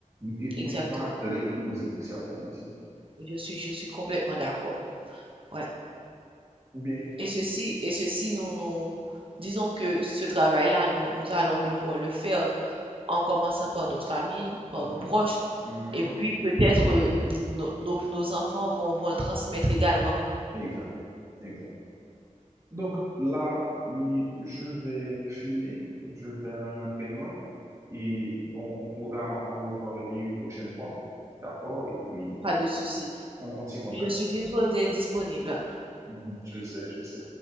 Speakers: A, on the right; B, on the right.
A: et non
B: exactement.
A: pas les poser, certaines décisions.
B: Je suis, je suis complètement d'accord. Ouais.
A: Ou bien,
B: Et ceci, et ceci, nous, nous disons que ce travail-là, nous, nous allons devoir le faire en commençant par notre famille, par
A: mhm,
B: nos proches,
A: mhm,
B: et puis peut-être euh, nos, nos nos enfants vont, vont le transmettre également.
A: exact, exact. Donc là, et je vais filer, je vais à un entraînement et on, on pourra en reparler une prochaine fois, d'accord? Et puis,
B: Pas de souci.
A: on, on tient contact.
B: Je suis disposée, et disponible.
A: Mhm, je sais, je sais.